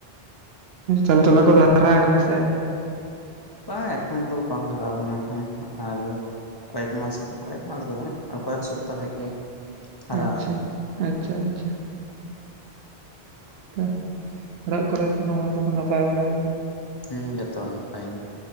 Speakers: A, on the right (about 75°); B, on the left (about 35°).
A: ᱦᱮᱸ ᱛᱚᱞᱟ ᱠᱚᱫᱚ ᱦᱟᱨᱟ ᱟᱠᱟᱱᱟ ᱥᱮ ᱟᱨᱤ?
B: ᱵᱟᱝ ᱮᱠᱷᱚᱱ ᱫᱚ ᱵᱟᱝ ᱦᱟᱨᱟᱳ ᱟᱠᱟᱱᱟ ᱮᱠᱷᱚᱱ ᱟᱨ ᱠᱚᱭᱮᱠ ᱢᱥ ᱠᱚᱭᱮᱠ ᱢᱥ ᱫᱚ ᱵᱟᱝ ᱟᱨ ᱠᱚᱭᱮᱠ ᱥᱚᱯᱛᱟ ᱠᱷᱟᱡ ᱜᱮ ᱦᱟᱨᱟᱜᱼᱟ
A: ᱟᱪᱪᱷᱟ
B: ᱦᱟᱸᱜ
A: ᱟᱪᱪᱷᱟ ᱟᱪᱪᱷᱟ ᱚ ᱚᱲᱟᱜ ᱠᱚᱨᱮ ᱥᱟᱱᱟᱢ ᱦᱚᱲ ᱫᱚᱠᱚ ᱱᱟᱯᱟᱭ ᱵᱟᱲᱟ ᱜᱮᱭᱟ?
B: ᱦᱩᱸ ᱡᱚᱛᱚ ᱦᱚᱲ ᱱᱟᱯᱟᱭ ᱜᱮ ᱾